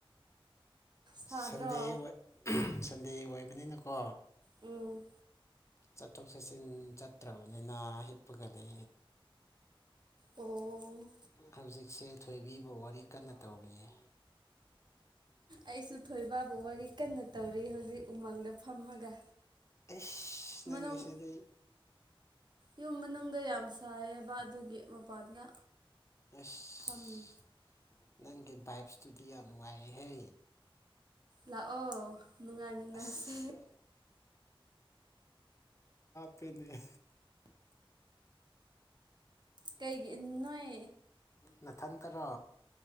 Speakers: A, on the right (about 50°); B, on the left (about 30°).
A: ꯁꯥꯗ꯭ꯔꯣ
B: ꯁꯟꯗꯦ ꯑꯣꯏ ꯁꯟꯗꯦ ꯑꯣꯏꯕꯅꯤꯅꯀꯣ
A: ꯎꯝ
B: ꯆꯠꯊꯣꯛ ꯆꯠꯁꯤꯟ ꯆꯠꯇ꯭ꯔꯕꯅꯤꯅ ꯍꯤꯞꯄꯒꯗꯤ
A: ꯑꯣ
B: ꯍꯧꯖꯤꯛꯁꯦ ꯊꯣꯏꯕꯤꯕꯨ ꯋꯥꯔꯤ ꯀꯟꯅ ꯇꯧꯔꯤꯌꯦ
A: ꯑꯩꯁꯨ ꯊꯣꯏꯕ ꯕꯨ ꯋꯥꯔꯤ ꯀꯟꯅ ꯇꯧꯔꯤ ꯍꯧꯖꯤꯛ ꯎꯃꯪꯗ ꯐꯝꯃꯒ
B: ꯏꯁ ꯅꯪꯦꯁꯦꯗꯤ
A: ꯃꯅꯨꯡ ꯌꯨꯝ ꯃꯅꯨꯡꯗ ꯌꯥꯝ ꯁꯥꯏꯌꯦꯕ ꯑꯗꯨꯒꯤ ꯃꯄꯥꯟꯗ
B: ꯑꯁ
A: ꯐꯝꯃꯤ
B: ꯅꯪꯒꯤ ꯚꯥꯏꯞ ꯏꯁꯇꯨꯗꯤ ꯌꯥꯝ ꯅꯨꯡꯉꯥꯏꯍꯦ
A: ꯂꯥꯛꯑꯣ ꯅꯨꯡꯉꯥꯏꯃꯤꯟꯅꯁꯦ
B: ꯑꯁ ꯐ
A: ꯀꯩꯒꯤ ꯅꯣꯏ
B: ꯃꯅꯥꯊꯟꯇꯔꯣ